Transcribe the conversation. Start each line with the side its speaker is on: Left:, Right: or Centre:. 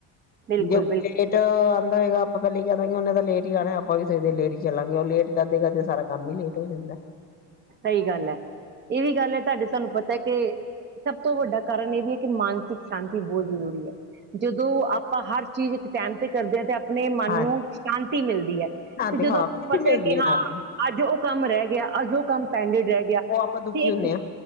Right: ਬਿਲਕੁਲ
Left: ਜੇ
Right: ਬਿਲਕੁਲ
Left: ਲੇਟ ਕਹੇਗਾ ਆਪਾਂ ਪਹਿਲ ਹੀ ਕਿਆ ਉਹਨੇ ਤਾਂ ਲੇਟ ਹੀ ਆਉਣਾ ਆਪਾਂ ਵੀ ਸਵੇਰ ਦੇ ਲੇਟ ਹੀ ਚੱਲਾਂਗੇ ਉਹ ਲੇਟ ਕਰਦੇ-ਕਰਦੇ ਸਾਰਾ ਕੰਮ ਹੀ ਲੇਟ ਹੋ ਜਾਂਦਾ
Right: ਸਹੀ ਗੱਲ ਹੈ, ਇਹ ਵੀ ਗੱਲ ਹੈ ਸਾਡੀ ਤੁਹਾਨੂੰ ਪਤਾ ਕਿ ਸਭ ਤੋਂ ਵੱਡਾ ਕਾਰਨ ਇਹ ਵੀ ਹੈ ਕਿ ਮਾਨਸਿਕ ਸ਼ਾਂਤੀ ਬਹੁਤ ਜ਼ਰੂਰੀ ਹੈ ਜਦੋਂ ਆਪਾਂ ਹਰ ਚੀਜ਼ ਇੱਕ ਟਾਈਮ ਤੇ ਕਰਦੇ ਹਾਂ ਤੇ ਆਪਣੇ ਮਨ
Left: ਹਾਂ
Right: ਨੂੰ ਸ਼ਾਂਤੀ ਮਿਲਦੀ ਹੈ,
Left: ਹਾਂ
Right: ਤੇ ਜਦੋਂ
Left: ਹਾਂ
Right: ਆਪਾਂ
Left: ਖੁਸ਼ੀ
Right: ਨੂੰ ਪਤਾ
Left: ਮਿਲਦੀ
Right: ਹੈ ਕਿ ਹਾਂ
Left: ਨਾਲੇ
Right: ਅੱਜ ਉਹ ਕੰਮ ਰਹਿ ਗਿਆ ਗਿਆ ਅਜ ਔ ਪੰਡਿਡ ਰਹਿ ਗਿਆ
Left: ਉਹ
Right: ਤੇ
Left: ਆਪਾਂ ਦੁਖੀ
Right: ਇੱਕ
Left: ਹੁੰਦੇ ਹਾਂ